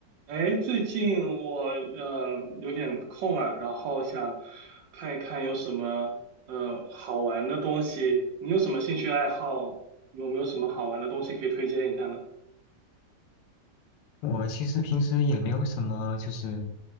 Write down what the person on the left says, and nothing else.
我其实平时也没有什么，就是，